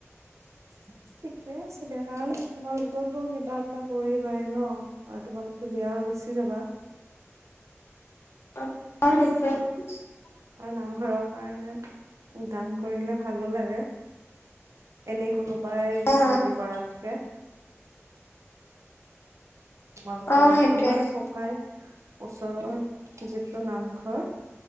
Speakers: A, on the right (about 80°); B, on the left (about 55°).
A: <inaudible> ঠিকে আছিল দে কাৰণ তোমালোকেওতো কিবা এটা কৰি পাই ন। আৰু তোমালোকতো বেয়া হৈ গুচি যাবা।
B: <unintelligible>
A: আৰু নামঘৰৰ কাৰণে দান কৰিলে ভালো লাগে। এনে কোনো সেই
B: অ
A: হেৰি কৰাতকে। <inaudible> তোমালোকৰো
B: অ সেইটোৱে
A: আমাৰো ককাই ওচৰৰ যিটো নামঘৰ।